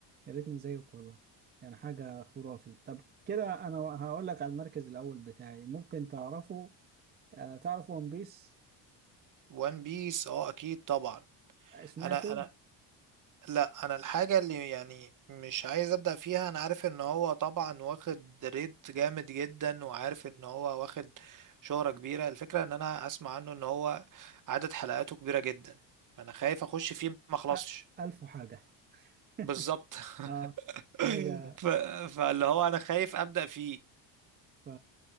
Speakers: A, on the right (about 25°); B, on the right (about 45°).
A: يا ريتني زيك والله يعني حاجة خرافي طب كده انا هقول لك على المركز الاول بتاعي ممكن تعرفه آه تعرف ون بيس
B: وان بيس اه اكيد طبعا
A: سمعته
B: انا انا لا انا الحاجه اللي يعني مش عايز ابدا فيها انا عارف ان هو طبعا واخد ريت جامد جدا وعارف ان هو واخد شهره كبيره الفكره ان انا اسمع عنه ان هو عدد حلقاته كبيره جدا فانا خايف اخش فيه ما اخلصش
A: أ- ألف وحاجة <laughs>
B: بالظبط <laughs>
A: اه حاجة
B: ف... فاللي هو انا خايف ابدا فيه
A: ف...